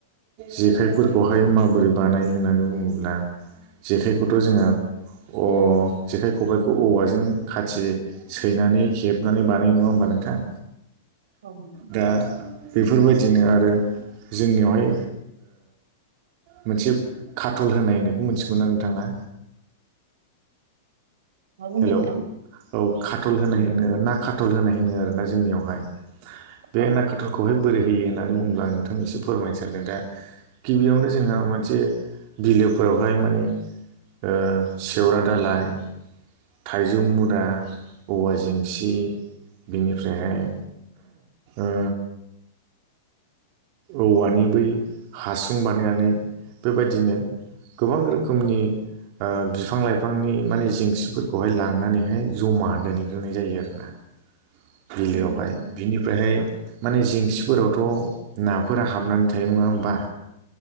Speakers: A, on the right; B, on the right.
A: जेखाइफोरखौहाय माबोरै बानायो होननानै बुङोब्ला जेखाइखौथ' जोङो जेखाइ खबाइखौ औवाजों खाथि सैनानै हेबनानै बानायो नङा होमबा नोंथां
B: औ नोंथां
A: दा बेफोरबायदिनो आरो जोंनियावहाय मोनसे काटल होनायनायखौ मोनथिगौमोन आं नोंथाङा
B: मा बुंदों
A: हेलौ
B: नोंथां
A: औ खाटल होनाय होननांगोन ना काटल होनाय होनो आरोना जोंनियावहाय बे
B: औ
A: ना खाटलख खौहाय बोरै होयो होननानै बुंब्ला आं नोंथांनो एसे फोरमायनो सानदों दा गिबियावनो जोङो मोनसे बिलोफोरावहाय माने ओ सेवरा दालाय थाइजौ मुरा औवा जेंसि बिनिफ्रायहाय ओ औवानि बै हासुं बानायनानै बेबायदिनो गोबां रोखोमनि ओ बिफां लाइफांनि माने जेंसिफोरखौहाय लांनानैहाय जमा दोनहैग्रोनाय जायो आरोना बिलोआवहाय
B: नोंथां
A: बिनिफ्रायहाय माने जेंसिफोरावथ' नाफोरा हाबनानै थायो नङा होमबा